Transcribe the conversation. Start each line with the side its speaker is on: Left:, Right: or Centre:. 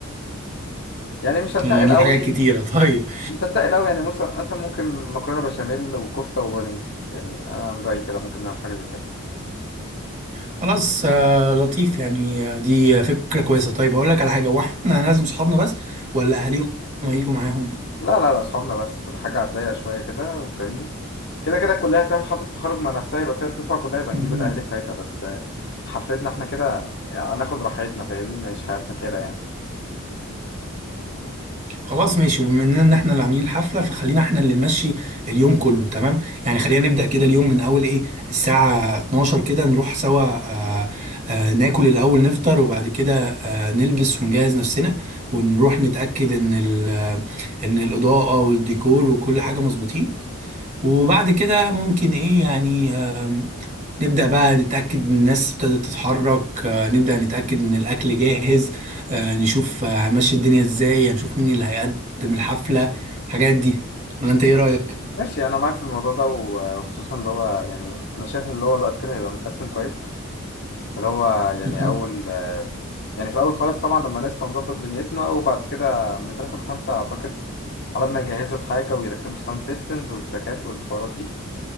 Left: يعني مش هنتقل
Right: يعني هنجيب
Left: قوي
Right: حاجات كتيره طيب
Left: مصدق أوي يعني مثلا مثلا ممكن مكرونة بشاميل وكفتة وبانيه يعني أنا من رأيي كده ممكن نعمل حاجة زي كده
Right: خلاص آه، لطيف يعني آه، دي فكرة كويسة طيب هقول لك على حاجة هو احنا هنعزم صحابنا بس ولا أهاليهم هيجوا معاهم؟
Left: لا لا لا أصحابنا بس تبقى حاجة على الضيق شوية كده وفاهمني كده كده الكلية هتعمل حفلة تخرج مع نفسها يبقى فيها الدفعة كلها يبقى
Right: مم.
Left: نجيب الأهالي ساعتها بس حفلتنا احنا كده يعني هناخد راحتنا فاهمني نعيش حياتنا كده يعني
Right: خلاص ماشي وبما اننا ان احنا اللي عاملين الحفلة فخلينا احنا اللي نمشي اليوم كله تمام؟ يعني خلينا نبدأ كده اليوم من أول إيه الساعة 12 كده نروح سوا آه آه ناكل الأول نفطر وبعد كده آه نلبس ونجهز نفسنا ونروح نتأكد إن ال- آه، إن الإضاءة والديكور وكل حاجة مظبوطين وبعد كده ممكن ايه يعني آم، نبدأ بقى نتأكد ان الناس ابتدت تتحرك آه، نبدأ نتأكد ان الأكل جاهز آه، نشوف آه، هنمشي الدنيا ازاي هنشوف مين اللي هيقدم الحفلة الحاجات دي ولا انت ايه رأيك؟
Left: ماشي أنا معاك في الموضوع ده وخصوصا اللي هو يعني أنا شايف إن اللي هو الوقت كده هيبقى متقسم كويس اللي هو يعني
Right: مهم.
Left: أول يعني في الأول خالص طبعا لما نصحى نظبط دنيتنا وبعد كده من تلاتة لخمسة أعتقد عملنا يجهزوا الحاجة ويركبوا الساوند سيستمز والتراكات والحوارات دي